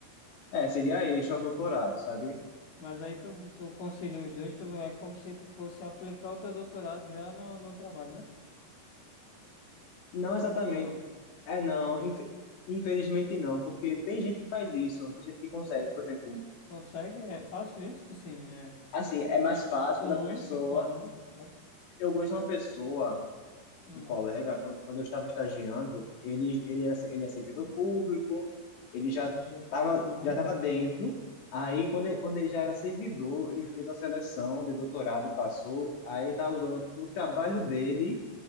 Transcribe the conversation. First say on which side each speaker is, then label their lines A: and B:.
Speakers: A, on the left; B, on the left.
A: É, seria extra doutorado, sabe?
B: Mas aí tu, tu concilia os dois, tu, é como se tu fosse aplicar o teu doutorado já no, no trabalho, né?
A: Não exatamente.
B: Ou não?
A: É, não, infe- infelizmente não, porque tem gente que faz isso, tem gente que consegue, por exemplo.
B: Consegue? É fácil isso? Assim, é,
A: Assim, é mais fácil
B: é comum,
A: quando a pessoa.
B: é comum. no caso
A: Eu conheço uma pessoa.
B: hum,
A: um colega, quando, quando eu estava estagiando, ele, ele era, ele é servidor público, ele já
B: ele já.
A: estava
B: Uhum,
A: já tava dentro. Aí, quando ele, quando ele já era servidor, ele fez a seleção de doutorado e passou. Aí, ele está usando o trabalho dele